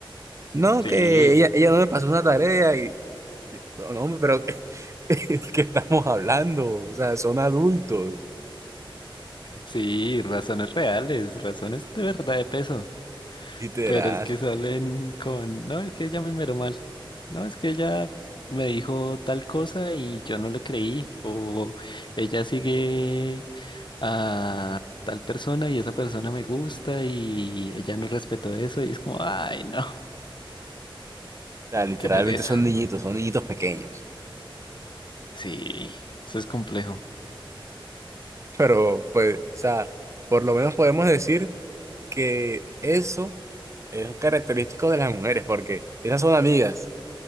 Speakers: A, on the right; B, on the left.
A: No,
B: Sí,
A: que ella, ella no me pasó una tarea y, no, no, hombre, pero <laughs> es que estamos hablando, o sea, son adultos,
B: sí, razones reales, razones de verdad de peso.
A: literal.
B: Pero es que
A: O
B: salen con, no, es que ella me miró mal. No, es que ella me dijo tal cosa y yo no le creí. O ella sigue a tal persona y esa persona me gusta y ella no respetó eso y es como, ay, no,
A: sea, literalmente
B: qué pereza.
A: son niñitos, son niñitos pequeños.
B: Sí, eso es complejo.
A: Pero, pues, o sea, por lo menos podemos decir que eso es característico de las mujeres, porque esas son amigas